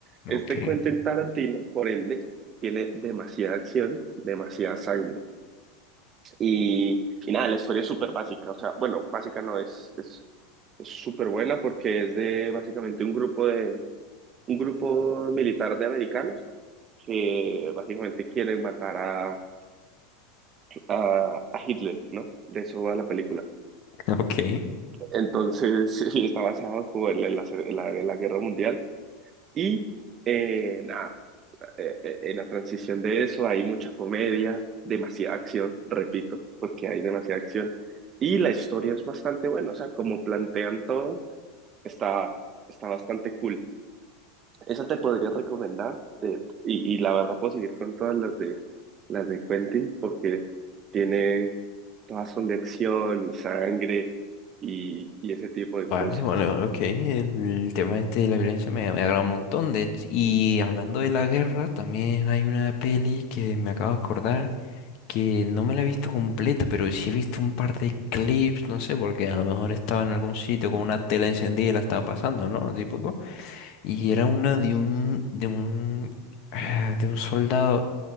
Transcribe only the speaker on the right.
Es
de Quentin Tarantino, por ende, tiene demasiada acción, demasiada sangre. Y, y nada, la historia es súper básica. O sea, bueno, básica no es, es, es súper buena porque es de básicamente un grupo de, un grupo militar de americanos que básicamente quieren matar a a, a Hitler, ¿no? De eso va la película.
Entonces, <laughs> sí, está basado como en, la, en la- se- en la- en la Guerra Mundial. Y eh, nada, eh, eh, en la transición de eso hay mucha comedia, demasiada acción, repito, porque hay demasiada acción. Y la historia es bastante buena, o sea, como plantean todo, está, está bastante cool. Esa te podría recomendar de- y, y la verdad puedo seguir con todas las de las de Quentin porque tiene todas son de acción y sangre y, y ese tipo de cosas.